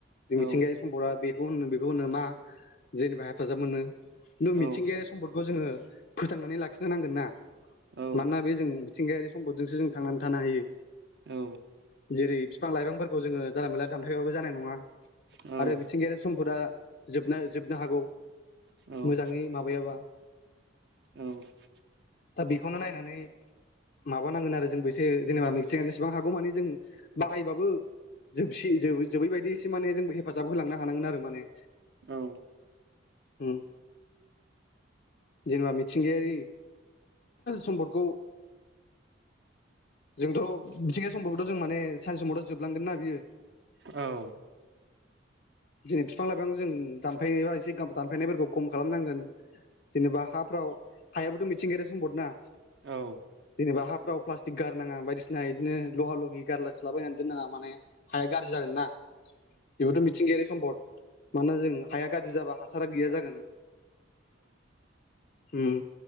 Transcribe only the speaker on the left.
जों मिथिंगायारि
सम्पदा बेखौ होननो खौनो मा जेनेबा हेफाजाब मोनो। नु मिथिंगायारि
सम्पदखौ जोंङो फोथांनानै लाखिनो नांगोन ना?
मानोना बे जों थिंगायारि सम्दजोंसो जों थांनानै थानो हायो।
जेरै फिफां लाइफांफोर खौ जोंङो जाला मोला दानफायबाबो जानाय नंङा।
आरो मिथिंगायारि सम्फदा जोबनाय जोबनो हागौ।
मोजांङै माबायाबा
दा बेखौनो नायनानै नै माबा नांगोन आरो जोंबो थो जेनेबा मिथिं जेसेबां हागौ माने जों बाहायबाबो जोबसि ज जोबैबायायदि एसे माने जोंबो हेफाजाब होलांनो हानांगोन आरो माने
उम जेनेबा मिथिंगायारि सम्पदखौ जोंथ' मिथिंगा सम्फद खौथ' जों माने सानसे समावथ' जोबलांगोन ना बियो
दिनै बिफां लाइफां जों दानफायनाय बा एसे दानफायनायफोरखौ खम खालामनांगोन। जेनेबा हाफ्राव हायाबोथ' मिथिंगायारि सम्पदना?
बा हाफ्राव प्लास्टिक गारनांङा बायदिसिना इदिनो लहा लहि गारलास्लाय बायायनानै दोननांङा माने हाया गाज्रि जागोन ना बेबोथ' मिथि गेयारि सम्पद । माना जों हाया गाज्रि जाबा हासारा गैया जागोन। उम